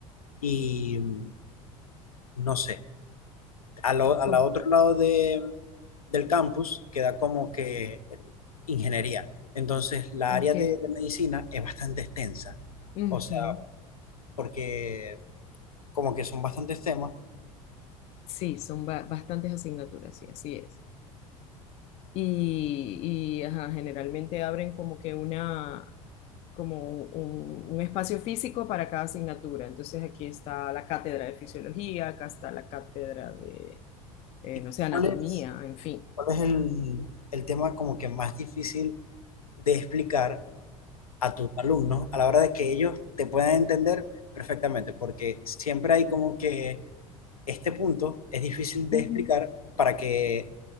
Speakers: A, on the left; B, on the left.
A: y mm, no sé, a lo- a
B: co-
A: la otro lado de, del campus queda como que eh, ingeniería. Entonces, la
B: ok.
A: área de, de medicina es bastante extensa,
B: ujú.
A: o sea, porque como que son bastantes temas.
B: Sí, son ba- bastantes asignaturas, sí, así es. y, y, ajá, generalmente abren como que una, como un, un espacio físico para cada asignatura. Entonces aquí está la cátedra de fisiología, acá está la cátedra de, eh,
A: ¿Y
B: no sé, anatomía,
A: cuál es,
B: en fin.
A: cuál es el, el tema como que más difícil de explicar a tus alumnos a la hora de que ellos te puedan entender perfectamente? Porque siempre hay como que este punto es difícil de
B: Ujú.
A: explicar para que